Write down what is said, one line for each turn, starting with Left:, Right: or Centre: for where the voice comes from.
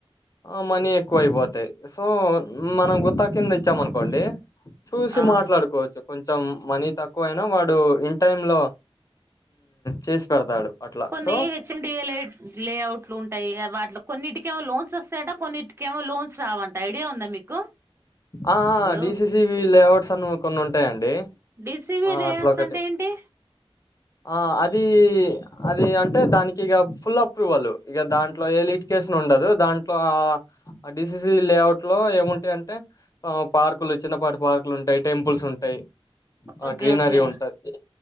Left: ఆ మనీ ఎక్కువ అయిపోతాది సో మనం గుర్త కింద ఇచ్చామకు కోండి చూసి
Right: అవును
Left: మాట్లాడుకోవచ్చు కొంచెం మనీ తక్కువ అైనా వాడు ఇన్ టై లో చేసి పెడతాడు అట్లా
Right: కొన్ని
Left: సో
Right: హెచ్ఎండిఎల్ఏ లేఅవుట్లు ఉంటాయి వాటి కొన్నింటికేమో లోన్స్ వస్తాయట కొన్నింటిక ఏమో లోన్స్ రావంట ఐడియా ఉందా మీకు
Left: ఆ
Right: ఇప్పుడు
Left: డిసిసి బ లేఅవుట్స్ అన్న కొన్ని ఉంటాయండి
Right: డిసీవీ
Left: ఆ
Right: లేయర్స్
Left: అట్లా ఒకటి
Right: అంటే ఏంటి
Left: ఆ అది అది అంటే దానికి ఇక ఫుల్ అప్రూవల్ ఇక దాంట్లో ఏ ఇడ్యుకేషన్ ఉండదు దాంట్లో ఆ డిసిసి లేఅవుట్ లో ఏముంటాయ అంటే ఆ పార్కులు చిన్నపాటి పార్కులు ఉంటాయి టెంపుల్స్ ఉంటాయి ఆ
Right: ఓకే
Left: గ్రీనరీ
Right: ఓకే
Left: ఉంటది